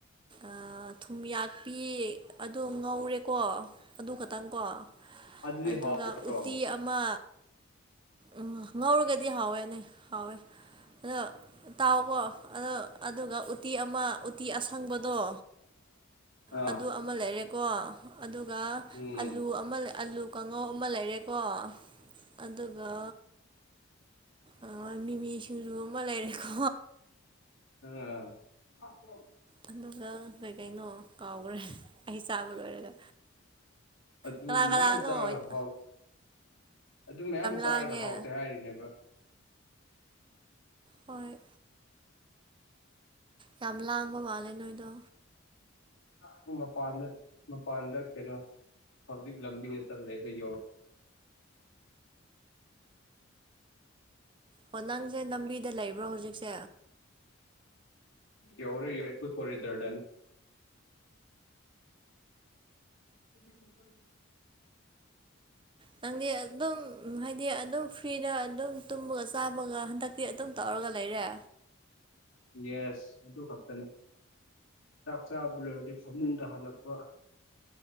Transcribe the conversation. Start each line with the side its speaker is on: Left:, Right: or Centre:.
Right: ꯑ ꯊꯨꯝꯌꯥꯛꯄꯤ ꯑꯗꯣ ꯉꯧꯔꯦꯀꯣ ꯑꯗꯨ ꯈꯇꯪꯀꯣ
Left: ꯑꯗꯨꯗꯤ
Right: ꯑꯗꯨꯒ
Left: ꯍꯥꯎꯗ꯭ꯔꯣ
Right: ꯎꯇꯤ ꯑꯛ ꯃꯥ ꯎ ꯉꯧꯔꯒ ꯗꯤ ꯍꯥꯎꯋꯦꯅꯦ ꯍꯥꯎꯋꯦ ꯑꯗꯨ ꯇꯥꯎꯀꯣ ꯑꯗꯨ ꯑꯗꯨꯒ ꯎꯇꯤ ꯑꯃ ꯎꯇꯤ ꯑꯁꯪꯕꯗꯣ
Left: ꯑꯥ
Right: ꯑꯗꯨ ꯑꯝ ꯃ ꯂꯩꯔꯦꯀꯣ ꯑꯗꯨꯒ
Left: ꯎꯝ
Right: ꯑꯂꯨ ꯑꯃ ꯑꯂꯨ ꯀꯥꯡꯉꯧ ꯑꯃ ꯂꯩꯔꯦꯀꯣ ꯑꯗꯨꯒ ꯑ ꯃꯤꯃꯤ ꯁꯤꯡꯖꯨ ꯑꯃ ꯂꯩꯔꯦꯀꯣ
Left: ꯑꯥ
Right: ꯑꯗꯨꯒ ꯀꯩ ꯀꯩꯅꯣ ꯀꯥꯎꯒ꯭ꯔꯦ ꯑꯩ ꯆꯥꯕ ꯂꯣꯏꯔꯒ
Left: ꯑꯗꯨ
Right: ꯀꯅꯥ
Left: ꯃꯌꯥꯝ
Right: ꯀꯅꯥꯅꯣꯍꯣꯏꯠ
Left: ꯆꯥꯔꯒ ꯍꯥꯎ ꯑꯗꯨ ꯃꯌꯥꯝ ꯆꯥꯔꯒ
Right: ꯂꯥꯡꯉꯦ
Left: ꯍꯥꯎꯇꯦ ꯍꯥꯏꯔꯤꯅꯦꯕ
Right: ꯍꯣꯏ ꯌꯥꯝ ꯂꯥꯡꯕ ꯃꯥꯜꯂꯦ ꯅꯣꯏꯗꯣ
Left: ꯁꯣꯝ ꯃꯄꯥꯟꯗ ꯃꯄꯥꯟꯗ ꯀꯩꯅꯣ ꯍꯧꯖꯤꯛ ꯂꯝꯕꯤꯗ ꯆꯠ ꯂꯩꯕ ꯌꯣ
Right: ꯑꯣ ꯅꯪꯁꯦ ꯂꯝꯕꯤꯗ ꯂꯩꯕ꯭ꯔꯣ ꯍꯧꯖꯤꯛꯁꯦ
Left: ꯌꯧꯔꯦ ꯑꯩꯈꯣꯏꯀꯣ ꯔꯦꯟꯗꯔ ꯗꯅꯤ ꯎꯝ
Right: ꯅꯪꯗꯤ ꯑꯗꯨꯝ ꯍꯥꯏꯗꯤ ꯑꯗꯨꯝ ꯐ꯭ꯔꯤꯗ ꯑꯗꯨꯝ ꯇꯨꯝꯕꯒ ꯆꯥꯕꯒ ꯍꯟꯗꯛꯇꯤ ꯑꯗꯨꯝ ꯇꯧꯔꯒ ꯂꯩꯔꯦ
Left: ꯌꯦꯁ ꯑꯗꯨ ꯈꯛꯇꯅꯦ ꯆꯥꯛ ꯆꯥꯕ ꯂꯣꯏꯔꯗꯤ ꯐꯃꯨꯡꯗ ꯍꯜꯂꯛꯄ